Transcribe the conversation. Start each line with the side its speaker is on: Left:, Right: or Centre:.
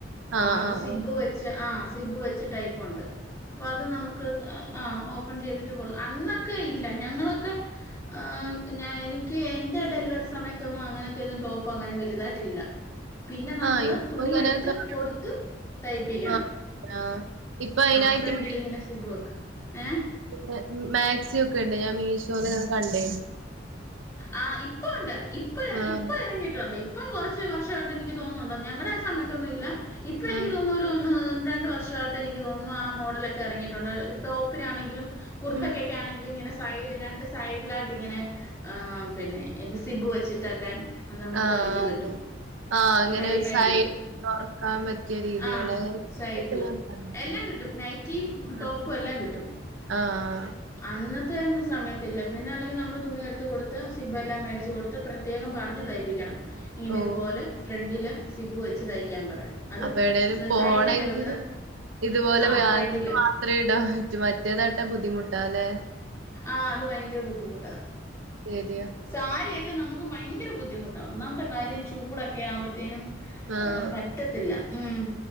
Right: ആഹ്
Left: ആ അത്
Right: ആഹ്
Left: സിബ്
Right: ആഹ്
Left: വെച്ച ആ സിബ് വെച്ച ടൈപ്പൊണ്ട് അപ്പൊ അത് നമുക്ക് ആ ഓപ്പൺ ചെയ്തിട്ട് കൊടു അന്നൊക്കെ ഇല്ല ഞങ്ങളൊക്കെ ഓ
Right: ഉം
Left: ഞ നി ക്ക് എന്റെ ഡെലിവറി സമയത്തൊന്നും അങ്ങനത്തെയ ഒന്നും ടോപ്പ് അങ്ങനെ വലുതായിട്ടില്ല പിന്നെ നമ്മള്
Right: ആഹ് ഇപ്പൊ
Left: തുണി
Right: ഇങ്ങനെ
Left: എട്ത്ത്
Right: കാ
Left: കൊടുത്ത് തയ്പ്പിക്കണം
Right: ആഹ് ആഹ് ഇപ്പൊ അയിനായിട്ട്
Left: ആ ഫ്രണ്ടിലിങ്ങനെ സിബുവക്ക് ഏ
Right: മെ മേക്സി ഒക്കെ ഉണ്ട് ഞാൻ മീഷോന്ന് ഞാൻ കണ്ടേര്ന്നു
Left: ആ ഇപ്പ ഉണ്ട് ഇപ്പൊ
Right: ആഹ്
Left: ഇപ്പൊ ഇറങ്ങിയിട്ടുണ്ട് ഇപ്പം കുറച്ച് വർഷമായിട്ട് എനിക്ക് തോന്നുന്നുണ്ടോ ഞങ്ങളുടെ ആ സമയത്തൊന്നും ഇല്ല ഇപ്പൊ എനിക്ക്
Right: ആഹ്
Left: തോന്നുന്ന ഒരു ഒ ഒന്ന് രണ്ട് വർഷായിട്ട് എനിക്ക് തോന്നുന്നു ആ മോഡലൊക്കെ ഇറങ്ങയിട്ടുണ്ട് ടോപ്പിനാണെങ്കിലും കുർത്തക്കെ
Right: ഉം
Left: ക്ക് ആണെങ്കിലും ഇങ്ങനെ സൈഡ് രണ്ട് സൈഡിലായിട്ട് ഇങ്ങനെ ആ പിന്നെ ഇപ്പൊ സിബ് വെച്ചിട്ടൊക്കെ നമുക്ക്
Right: ആഹ്
Left: ഇത് കിട്ടും
Right: അതെ ആഹ് അങ്ങനെ
Left: അ റെഡിമെയ്ഡ്
Right: ഒരു സൈഡ്
Left: കിട്ടും
Right: തുറക്കാൻ പറ്റിയ രീതികള്
Left: ആ സൈഡില്
Right: അതൊക്കെ ഞാൻ കണ്ടിരുന്നു
Left: എല്ലാം കിട്ടും നൈറ്റിയും ടോപ്പും
Right: ഉം
Left: എല്ലാം കിട്ടും
Right: ആഹ്
Left: അന്നത്തെയന്നും സമയത്തില്ല പിന്നെ അല്ലെങ്കി നമ്മള് തുണിയ എടു കൊടുത്ത് സിബെല്ലാം മേടിച്ച് കൊടുത്ത് പ്രത്യേകം പറഞ് തയ്പ്പിക്കണം ഇങ്ങനെ
Right: ഓ
Left: ഇതുപോലെ ഫ്രണ്ടില് സിബു വെച്ച് തയ്ക്കാൻ പറയണം അത്
Right: അപ്പ എവിടെലും പോണങ്കില്
Left: സൈഡിലല്ലേ വെക്കുന്നെ?
Right: ഇതുപോലെ
Left: ആ
Right: വാങ്ങ
Left: ഫ്രണ്ടില്.
Right: എത്ര ഇടാ റ്റു മറ്റേതാട്ടാ ബുദ്ധിമുട്ടാ ലേ
Left: ആ അത് ഭയങ്കര ബുദ്ധിമുട്ടാ
Right: സരിയ
Left: സാരിയൊക്കെ നമുക്ക് ഭയങ്കര ബുദ്ധിമുട്ടാ ഒന്നാമത്തെ കാര്യം ചൂടൊക്കെ ആവ്മ്പഴത്തേനും
Right: ആഹ്
Left: ആ പറ്റത്തില്ല ഉം